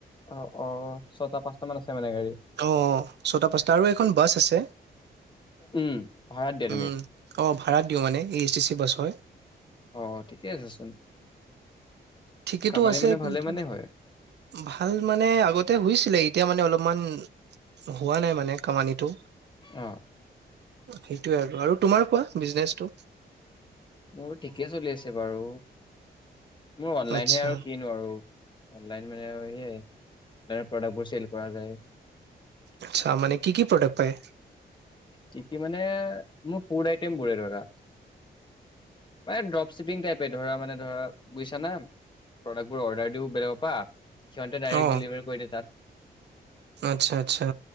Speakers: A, on the left; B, on the right.
A: অহ অহ অহ ছটা পাঁচ মান আছে মানে গাড়ী
B: অহ ছটা পাঁচটা আৰু এখন বাছ আছে।
A: উম ভাড়াত দিয়া তুমি?
B: উম অহ ভাড়া দিওঁ মানে এই এচ টি চি বাছ হয়।
A: অ ঠিকে আছেচোন
B: ঠিকেতো
A: কামানি
B: আছে
A: মানে
B: কিন্তু
A: ভালে মানে হয়
B: ভাল মানে আগতে হৈছিলে তেতিয়া মানে অলপমান হোৱা নাই মানে কামানিটো
A: অহ
B: সেইটোৱে আৰু আৰু তোমাৰ কোৱা বিজনেচটো?
A: মোৰ ঠিকে চলি আছে বাৰু মোৰ অনলাইনহে
B: আচ্ছা
A: আৰু কিনো আৰু অনলাইন মানে সেয়াই অনলাইনৰ প্ৰডাক্টবোৰ চেল কৰা যায়।
B: আচ্ছা মানে কি কি প্ৰডাক্ট পায়?
A: কি কি মানে মোৰ ফুড আইটেম বোৰে ধৰা মানে ড্ৰপ শিপিং টাইপে ধৰা মানে ধৰা বুজিছা না প্ৰডাক্টবোৰ অৰ্ডাৰ দিও বেলেগৰ পৰা সিহঁতে ডাইৰেক্ট
B: অ
A: ডেলিভাৰ কৰি দে তাত।
B: আচ্ছা আচ্ছা